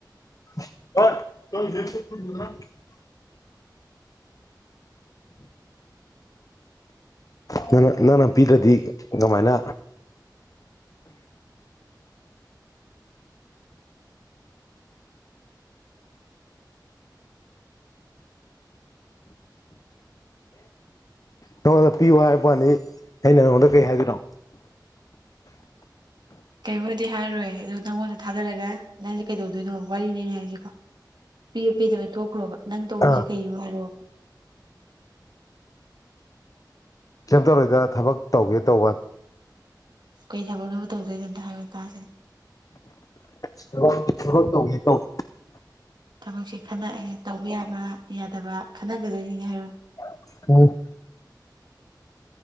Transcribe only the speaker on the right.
ꯀꯩꯕꯨꯗꯤ ꯍꯥꯏꯔꯣꯏ ꯑꯗꯣ ꯅꯪꯉꯣꯟꯗ ꯊꯥꯗꯔꯒ ꯅꯪꯁꯦ ꯀꯩꯗꯧꯗꯣꯏꯅꯣ ꯋꯥꯔꯤꯅꯦ ꯑꯩꯅꯥ ꯍꯥꯏꯁꯤꯀꯣ ꯄꯤꯕ ꯄꯤꯗꯕꯩ ꯇꯣꯛꯈ꯭ꯔꯣꯕ ꯅꯪ ꯇꯧꯗꯣꯏꯁꯤ
ꯀꯩꯅꯣ ꯍꯥꯏꯔꯣ
ꯀꯩ ꯊꯕꯛꯅꯣꯕ ꯇꯧꯗꯣꯏꯁꯦ ꯑꯝꯇ ꯍꯥꯏꯌꯨ ꯇꯥꯁꯦ
ꯊꯕꯛꯁꯦ ꯈꯟꯅꯑꯦ ꯇꯧꯕ ꯌꯥꯕ ꯌꯥꯗꯕ ꯈꯟꯅꯒꯗꯣꯏꯅꯤꯅꯦ ꯍꯥꯏꯔꯣ